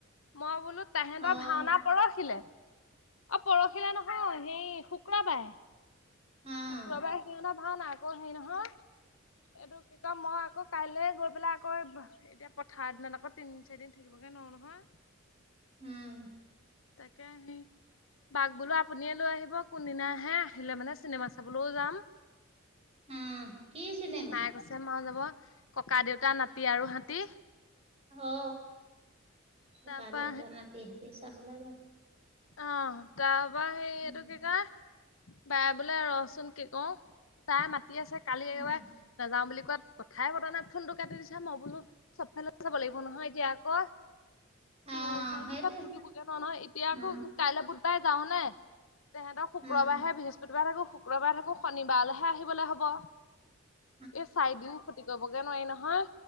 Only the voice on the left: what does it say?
মই বোলো তাহেতৰ
ভাওনা পৰহিলে অ পৰহিলে নহয় সেই শু ক্ৰবাৰে
শুক্ৰবাৰে সিহঁত ভাওনা আকৌ হেৰি নহয় এইটো কি কয় মই আকৌ কাইলে গৈ পেলাই আকৌ এতিয়া পথাৰ দিনত আকৌ তিনিদিন চাৰিদিন থাকিবগে নোৱাৰো নহয়
তাকে হেৰি তাক বোলো আপুনিয়ে লৈ আহিব কোনদিনা আহে আহিলে মানে চিনেমা চাবলৈও যাম
মায়ে কৈছে মাও যাব ককা দেউতা নাতি আৰু হাতী
তাৰপা
অহ তাৰপৰা সেই
এইটো কি কয় বাই বোলে ৰচোন কি কও তাই মাতি আছে কালি একেবাৰে
নাযাও বুলি কোৱাত কথাই পতা নাই ফোনটো কাটি দিছা মই বোলো চবফালে চাব লাগিব নহয় এতিয়া আকৌ
তিনদিন চাৰিদিন
তাত থাকিবগে নোৱাৰো নহয় এতিয়া
আকৌ কাইলে বুধবাৰে যাও নে তেহেঁতক শুক্ৰবাৰহে
বৃহস্পতিবাৰে থাকো শুক্ৰবাৰে থাকো শনিবাৰলৈহে আহিবলে হ'ব
এই চাৰিদিন ক্ষতি কৰিবগে নোৱাৰি নহয়